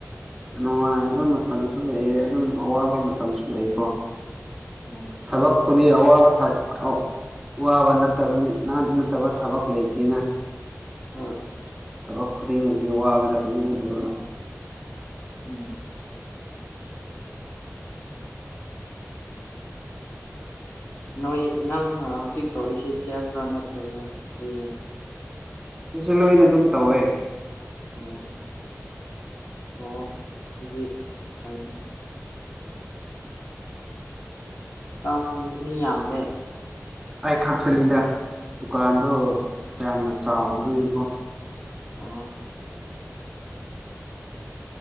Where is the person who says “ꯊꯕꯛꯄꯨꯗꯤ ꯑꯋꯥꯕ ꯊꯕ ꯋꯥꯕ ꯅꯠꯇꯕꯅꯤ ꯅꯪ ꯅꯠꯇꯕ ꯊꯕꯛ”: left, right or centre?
Centre